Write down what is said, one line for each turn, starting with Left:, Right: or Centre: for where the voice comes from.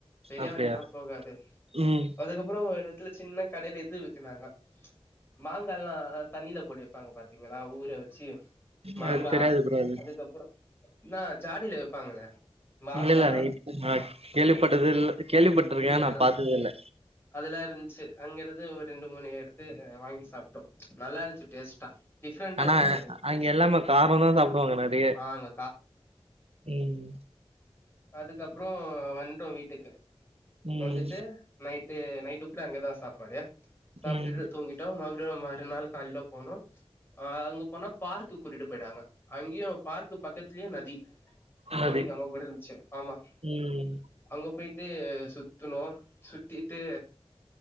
Left: பெரிய
Right: அப்டியா
Left: வண்டி லா போகாது
Right: ம்
Left: அதுக்கப்பறோ ஒரு இடத்துல சின்ன கடைல எ து விக்குனாங்க மாங்கால்லா தண்ணியில போட்டு விப்பாங்க பாத்தீங்களா ஊர வச்சு மாங்கா
Right: எனக்கு தெரியாது ப்ரோ அது
Left: அதுக்கப்பறம் என்னா ஜாடில விப்பாங்களே மாங்கா
Right: இல்லல்ல இப்ப நா கேள்விப்பட்டது இ கேள்விப்பட்ருக்கே
Left: இல்லியா
Right: ஆனா பாத்ததில்ல
Left: அதெல்லா இருந்துச் சி அங்கிருந்து ஒரு ரெண்டு மூணு எடுத்து வாங்கி சாப்பிட்டோம் நல்லா இருந்துச்சி டேஸ்ட்டா டிஃப்ரெண்டா
Right: ஆனா
Left: இருந்துச்சு அது
Right: அங்க எல்லாம கார தா சாப்பிடுவாங்க நெறைய
Left: ஆ அங்க
Right: ம்
Left: அதுக்கப்றோ வன்ட்டோ வீட்டுக்கு
Right: ம்
Left: வந்துட்டு நைட் நைட்டு கூட அங்கதா சாப்பாடு சாப்ட்டுட்டு
Right: ம்
Left: தூங்கிட்டோ மறுபடியு மறுநாள் கால்ல போனோ ஆ அங்க போனா பார்க் கூட்டிட்டு போயிட்டாங்க அங்கேயு பார்க் பக்கத்துலயே நதி போட்டிங்
Right: அது
Left: அங்க கூட இருந்துச்சு ஆமா
Right: ம்
Left: அங்க போயி ட்டு சுத்துனோ சு த்திட்டு